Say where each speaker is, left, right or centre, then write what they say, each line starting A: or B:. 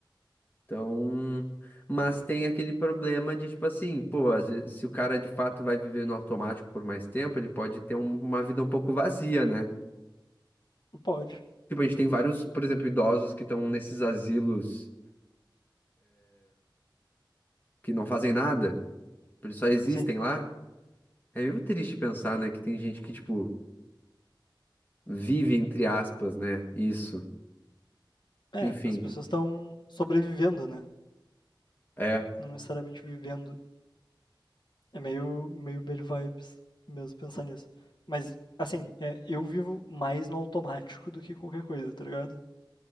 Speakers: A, on the left; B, on the left.
A: Então, mas tem aquele problema de, tipo assim, pô, às vezes, se o cara de fato vai viver no automático por mais tempo, ele pode ter um- uma vida um pouco vazia, né?
B: Não pode.
A: Tipo, a gente tem vários, por exemplo, idosos que estão nesses asilos que não fazem nada, tipo, eles só existem
B: Assim,
A: lá. É meio triste pensar, né, que tem gente que, tipo, vive, entre aspas, né, isso.
B: é,
A: Enfim,
B: as pessoas estão sobrevivendo, né?
A: é.
B: Não necessariamente vivendo. É meio, meio bad vibes mesmo pensar nisso. Mas, assim, é, eu vivo mais no automático do que qualquer coisa, tá ligado?